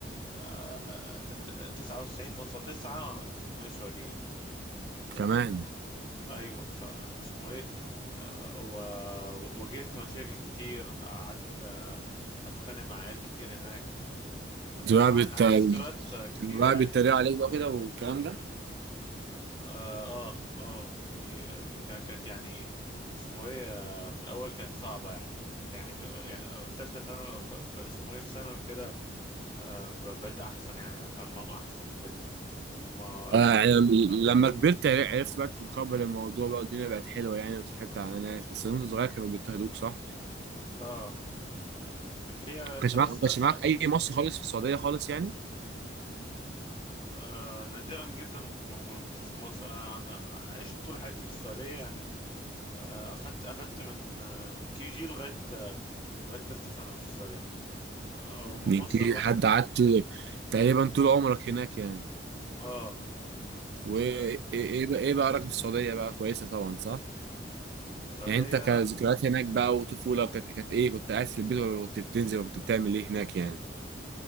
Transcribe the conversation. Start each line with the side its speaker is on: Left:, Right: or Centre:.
Left: آه، آه، ت- ت- تسعة وتسعين فاصلة تسعة اسمه ايه سعوديين
Right: كمان
Left: ايوه فاسمه ايه آه، و- وواجهت مشاكل كتير قعدت آه، اتخانق مع عيال كتير هناك آه،
Right: كنت بقى
Left: عن-
Right: بت...
Left: عندي ذكريات آه، كتير
Right: لما بقى
Left: يعني
Right: بيتريقوا عليك بقى كده والكلام ده
Left: اه اه آه، في كا- كانت يعني اسمه ايه آه، في الاول كانت صعبه يعني بس يعني في في ثالثه ثانوي في في- اسمه ايه في ثانوي كده آه، ب- بقيت احسن يعني بتعامل معاهم احسن وكده ما
Right: آه
Left: يعني
Right: يعني
Left: اه
Right: لما كبرت عر- عرفت بقى تتقبل الموضوع بقى والدنيا بقت حلوه يعني وتصاحبت على ناس بس وانت صغير كانوا بيضطهدوك صح؟
Left: آه، كانت هي
Right: ما
Left: انت
Right: كانش
Left: بس
Right: معاك ما
Left: آه
Right: كانش معاك اي مصري خالص في السعوديه خالص يعني؟
Left: آه، نادرا جدا ما ما- ما شفت مصر انا انا عشت طول حياتي في السعوديه يعني آه، اخدت اخدت من آه، من كي جي لغايه آه، لغايه ثالثه ثانوي في السعوديه آه، م-
Right: انت
Left: مصر الوحيد
Right: حد قعدت تقريبا طول عمرك هناك يعني
Left: اه
Right: وايه
Left: آه،
Right: ايه إيه إيه بقى ايه بقى رايك في السعوديه بقى كويسه طبعا صح؟
Left: السعودية
Right: يعني انت كذكريات هناك بقى وطفوله كانت كانت ايه كنت قاعد في البيت ولا كنت بتنزل ولا كنت بتعمل ايه هناك يعني؟